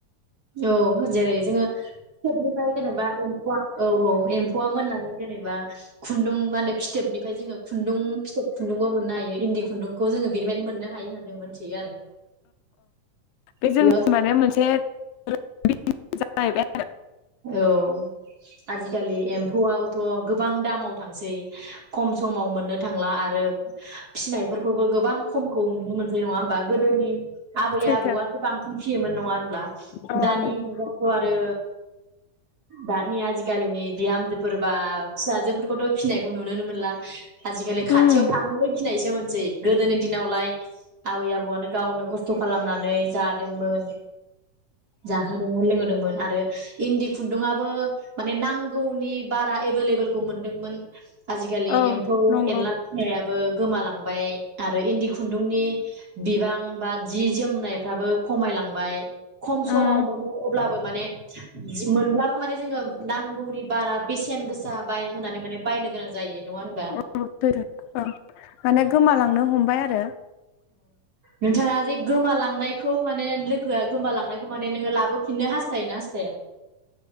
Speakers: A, on the right; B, on the left.
A: औ जेरै जोङो फिथोबनिफ्राय जेनेबा एमफौआ औ औ एम्फौआ मोननानै जेनेबा खुन्दुं माने फिथोबनिफ्राय जोङो खुन्दुं फिथोब खुन्दुंबो मोननो हायो इन्दि खुन्दुंखौ जोङो बेनिफ्रायनो मोननो हायो होननानै जों मोनथियो आरो
B: बे जोंनि
A: बेयाव जों
B: माने मोनसे <unintelligible>
A: औ आजिखालि एम्फौआबोथ थ' गोबां दामाव थांसै खम समाव मोननो थांला आरो फिसिनायफोरखौबो गोबां खमखौ नुनो मोनसै नङा होमबा गोदोनि आबै
B: सैथो
A: आबौआथ' बांसिन फियोमोन नङा होनब्ला
B: अ
A: दानि
B: नंगौ
A: जुगावथ' आरो दानि आजिखालिनि बिहामजो सोरबा फिसाजोफोरखौथ' फिनाय नुनोनो मोनला आजिखालि खाथियाव
B: उम
A: थांनोबो गिनाय मोनसै गोदोनि दिनावलाय आबै आबौआनो गावनो खस्थ' खालामनानै जादोंमोन जाहोदोंमोन लोंहोदोंमोन आरो इन्दि खुन्दुआबो माने नांगौनि बारा एभेलेबलखौ मोनदोंमोन आजिखालि
B: औ
A: एम्फौ
B: नंगौ
A: एनला फिनायाबो गोमालांबाय आरो इन्दि खुन्दुंनि बिबां बा जि जोमनायफ्राबो खमायलांबाय खम समाव
B: उम
A: मोनो अब्लाबो माने मोनब्लाबो माने जोङो नांगौनि बारा बेसेन गोसा होनानै माने बायनो गोनां जायो नङा होनबा
B: औ सैथो माने गोमालांनो हमबाय आरो
A: नोंथाङा जे गोमालांनायखौ माने लोगोआ गोमालांनायखौ माने नोङो लाबोफिननो हास्थायोना हास्थाया